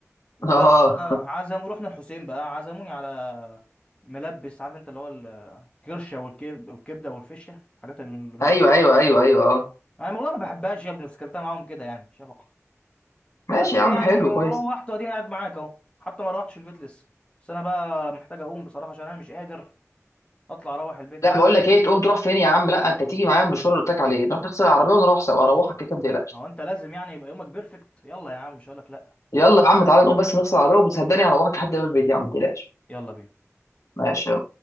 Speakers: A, on the left; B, on the left.
A: وعزم
B: <laughs> اه
A: رحنا الحسين بقى عزموني على ملبس عارف انت اللي هو الكرشه والكب- والكبده والفشه الحاجات المقرفه
B: ايوه ايوه ايوه ايوه اه
A: انا والله ما بحبهاش يا ابني بس كلتها معاهم كده يعني شفقه
B: ماشي
A: بس
B: يا عم
A: يعني
B: حلو
A: وروحت
B: كويس
A: واديني قاعد معاك اهو حتى ما روحتش البيت لسه بس انا بقى محتاج اقوم بصراحه عشان انا مش قادر اطلع اروح البيت
B: لا
A: يا عم
B: بقول لك ايه تقوم تروح فين يا عم لا انت تيجي معايا المشوار اللي قلت لك عليه نروح نغسل العربيه ونروح سوا اروحك كده ما تقلقش
A: هو انت لازم يعني يبقى يومك بيرفكت يلا يا عم مش هقولك لا
B: يلا يا عم تعالى نقوم بس نغسل العربيه وصدقني هروحك لحد باب البيت يا عم ما تقلقش
A: يلا بينا
B: ماشي يلا